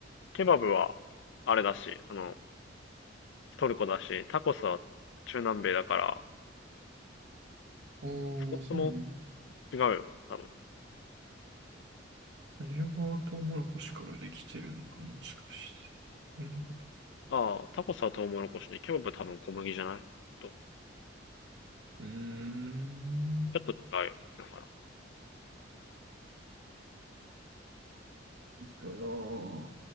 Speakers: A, on the left; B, on the right.
A: ケバブは、あれだし、あの、トルコだし、タコスは中南米だから、
B: あ
A: そもそも
B: あ、そうなの。
A: 違うよ、多分。
B: あれはトウモロコシからできてるのかもしかして。そんなこと
A: ああ、タコスはトウモロコシね。ケバブは多分小麦じゃないと、ち
B: うーん。
A: ょっと違うよ。だから。
B: そう